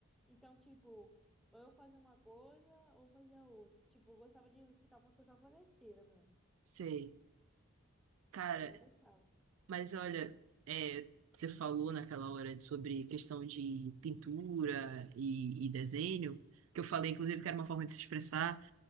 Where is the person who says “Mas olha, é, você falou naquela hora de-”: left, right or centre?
Right